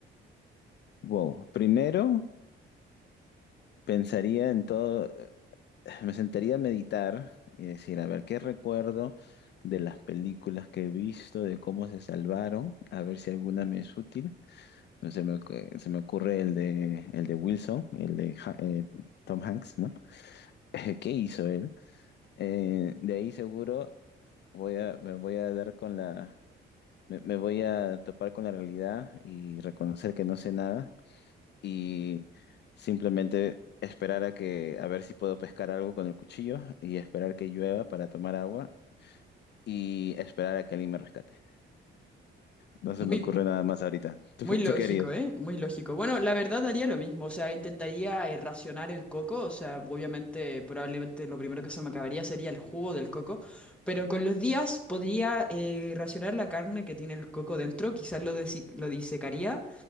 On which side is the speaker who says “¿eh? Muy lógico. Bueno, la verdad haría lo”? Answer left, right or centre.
Centre